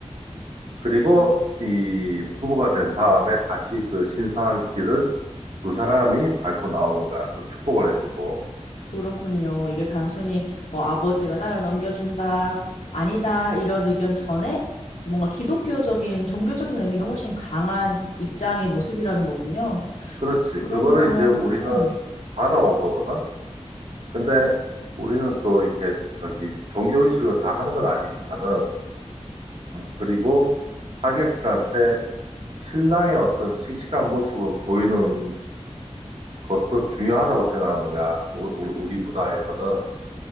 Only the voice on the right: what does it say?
그리고 이 부부가 된 다음에 다시 그 신성한 길을 두 사람이 밟고 나오는 거야. 그 축복을 해주고.
어.
그렇지.
그거를 이제 우리는
받아온 거거든. 근데 우리는 또 이렇게 저기 종교의식을 다 하는 건 아니니까는. 그리고 하객들한테 신랑의 어떤 씩씩한 모습을 보이는 것도 중요하다고 생각하는 거야. 우- 우- 우리 문화에서는.